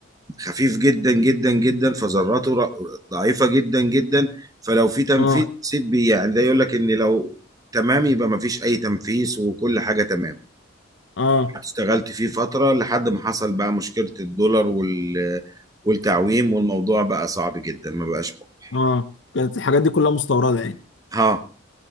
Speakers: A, on the right; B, on the left.
A: خفيف جدا جدا جدا فذراته ر- ضعيفة جدا جدا فلو في تنفيذ
B: اه
A: سيد بي يعني ده يقول لك إن لو تمام يبقى ما فيش أي تنفيذ وكل حاجة تمام
B: اه
A: اشتغلت فيه فترة لحد ما حصل بقى مشكلة الدولار وال... والتعويم والموضوع بقى صعب جدا ما بقاش ممكن
B: اه كانت الحاجات دي كلها مستوردة يعني
A: ها